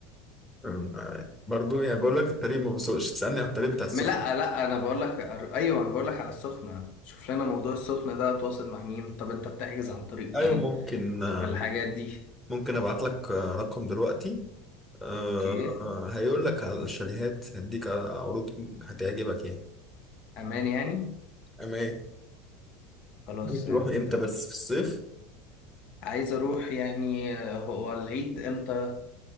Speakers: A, in the centre; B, on the left.
A: أم- آه، برضو يعني بقول لك الطريق ما بسوقش تسألني على الطريق بتاع السخنة
B: ما لا لا انا بقول لك ايوه انا بقول لك على السخنة شوف لنا موضوع السخنة ده اتواصل مع مين طب انت بتحجز عن طريق
A: ايوه
B: ايه
A: ممكن آه،
B: طب الحاجات دي
A: ممكن ابعت لك آه، رقم دلوقتي آه،
B: اوكي
A: آه، هيقول لك على الشاليهات هديك عروض هتعجبك يعني
B: امان يعني
A: اما ايه
B: خلاص
A: حابب تروح
B: يا عم
A: امتى
B: اتفقنا
A: بس في الصيف
B: عايز اروح يعني آه، هو العيد امتى